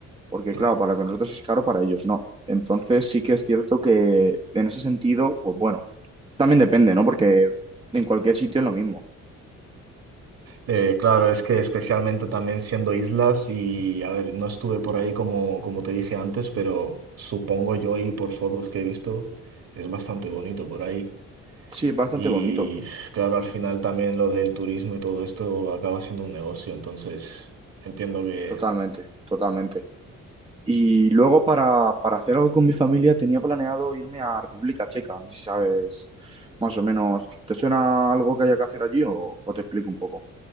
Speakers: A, on the right; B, on the right.
A: Porque
B: claro.
A: claro, para lo que nosotros es caro, para ellos no. Entonces sí que es cierto que en ese sentido, pues bueno, también depende, ¿no? Porque en cualquier sitio es lo mismo.
B: Eh, claro, es que especialmente también siendo islas y, a ver, no estuve por ahí como, como te dije antes, pero supongo yo y por fotos que he visto, es bastante bonito por ahí.
A: Sí, es bastante
B: Y
A: bonito,
B: claro, al final también lo del turismo y todo esto acaba siendo un negocio, entonces entiendo que...
A: totalmente, totalmente. Y luego para, para hacer algo con mi familia tenía planeado irme a República Checa, no sé si sabes más o menos. ¿Te suena algo que haya que hacer allí o, o te explico un poco?